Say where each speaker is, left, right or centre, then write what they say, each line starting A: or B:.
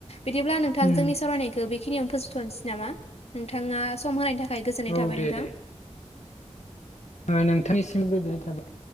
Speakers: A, on the left; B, on the left.
A: बिदिब्ला नोंथां
B: उम
A: जोंनि सावरायनायखौ बेखिनियावनो फोजोबथ' थ'निसै नामा? नोंथाङा सम होनायनि थाख खाय गोजोननाय
B: औ
A: थाबाय
B: दे
A: नोंथां।
B: दे ओ नोंथांनिसिम गोजोननाय थाबाय।